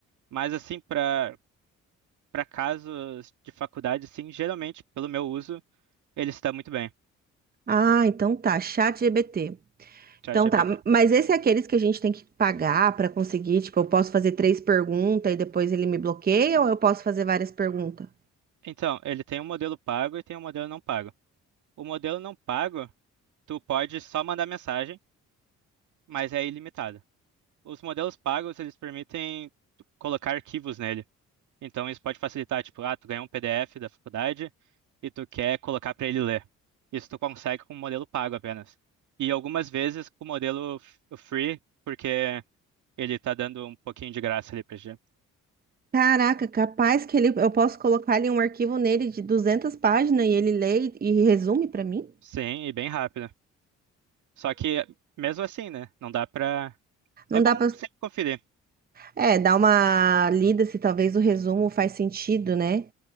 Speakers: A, on the right; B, on the right.
A: Mas, assim, para para casos de faculdade, sim, geralmente, pelo meu uso, ele está muito bem,
B: Ah, então tá, chat GBT.
A: ChatGPT.
B: Então tá, mas esse é aqueles que a gente tem que pagar para conseguir, tipo, eu posso fazer três perguntas e depois ele me bloqueia ou eu posso fazer várias perguntas?
A: Então, ele tem um modelo pago e tem um modelo não pago. O modelo não pago, tu pode só mandar mensagem, mas é ilimitado. Os modelos pagos, eles permitem tu colocar arquivos nele. Então isso pode facilitar, tipo, ah, tu ganhou um PDF da faculdade e tu quer colocar para ele ler. Isso tu consegue com o modelo pago apenas. E algumas vezes com o modelo f- o free, porque ele tá dando um pouquinho de graça ali pra gente.
B: Caraca, capaz que ele, eu posso colocar ali um arquivo nele de 200 páginas e ele lê e e resume para mim?
A: Sim, e bem rápido. Só que mesmo assim, né? Não dá pra.
B: Não
A: É bom
B: dá pra.
A: sempre conferir.
B: É, dá uma lida se talvez o resumo faz sentido, né?